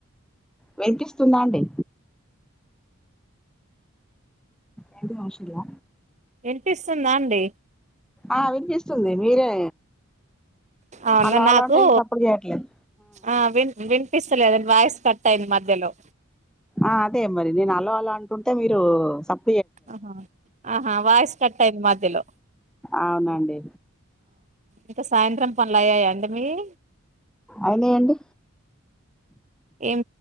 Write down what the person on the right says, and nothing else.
వినిపిస్తుందా అండి
అవును
నాకూ
ఆ విన్ వినిపిస్తలేదండి వాయిస్ కటయింది మధ్యలో
ఆహా ఆహా వాయిస్ కట్టయింది మధ్యలో
ఇంక సాయంత్రం పనులయ్యాయాండి మియ్యి
ఏం